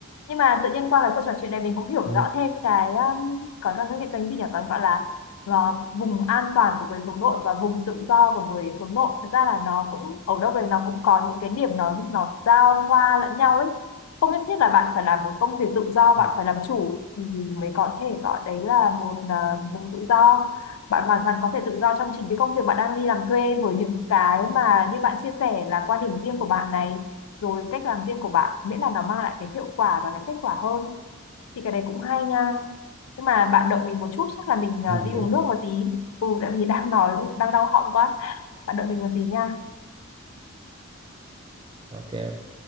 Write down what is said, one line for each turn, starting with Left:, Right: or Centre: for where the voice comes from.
Left: nhưng mà tự nhiên qua cái cuộc trò chuyện này mình cũng hiểu
Right: ừ.
Left: rõ thêm cái um, có là cái kênh gì nhỉ còn gọi là ờ, vùng an toàn của người hướng nội và vùng tự do của người hướng nội thật ra là nó cũng ở đâu đấy nó cũng có những cái điểm nó nó giao hoa lẫn nhau ấy không nhất thiết là bạn phải làm một công việc tự do bạn
Right: Ừ.
Left: phải làm chủ thì mới có thể gọi đấy là một ờ, vùng tự do bạn hoàn toàn có thể tự do trong chính cái công việc bạn đang đi làm thuê với những cái mà như bạn chia sẻ là quan điểm riêng của bạn này rồi cách làm riêng của bạn miễn là nó mang lại cái hiệu quả và cái kết quả hơn thì cái đấy cũng hay nha nhưng mà bạn động mình một chút chắc là mình ờ,
Right: Ừ,
Left: đi uống
Right: đúng
Left: nước một tí ừ tại vì đang nói đang đau họng quá bạn động mình một tí nha
Right: ok